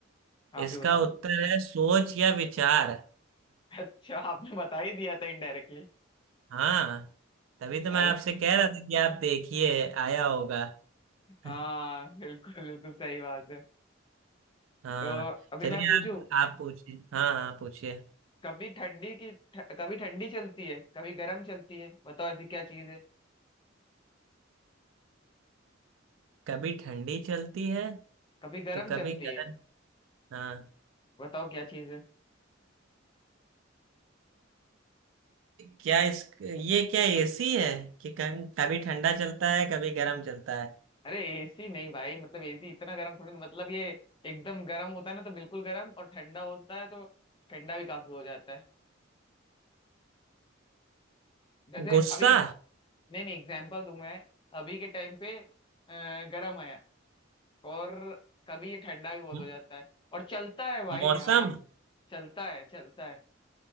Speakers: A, on the left; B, on the right.
A: आप
B: इसका
A: ही बता
B: उत्तर
A: दो
B: है सोच या विचार
A: अच्छा आपने बता ही दिया था इनडायरेक्टली
B: हाँ तभी तो
A: अरे
B: मैं आपसे कह रहा था कि आप देखिए आया होगा
A: हाँ
B: <laughs>
A: बिल्कुल बिल्कुल सही बात है
B: हाँ
A: तो अभी
B: चलिए
A: मैं पूछूं
B: आप आप पूछिए हाँ हाँ पूछिए
A: कभी ठंडी की ठ, कभी ठंडी चलती है कभी गर्म चलती है बताओ ऐसी क्या चीज है
B: कभी ठंडी चलती है
A: कभी गर्म
B: तो कभी
A: चलती
B: गर्म
A: है
B: हाँ
A: बताओ क्या चीज है
B: क्या इस ये क्या एसी है कि कभी कभी ठंडा चलता है कभी गर्म चलता है
A: अरे एसी नहीं भाई मतलब एसी इतना गर्म थोड़ी ना मतलब ये एकदम गर्म होता है ना तो बिल्कुल गर्म और ठंडा होता है तो ठंडा भी काफी हो जाता है जैसे
B: गुस्सा
A: अभी नहीं नहीं एग्जाम्पल दूं मैं अभी के टाइम पे अ, गर्म है और कभी ये ठंडा भी बहुत
B: म-
A: हो जाता है और चलता है भाई
B: मौसम
A: हवा चलता है चलता है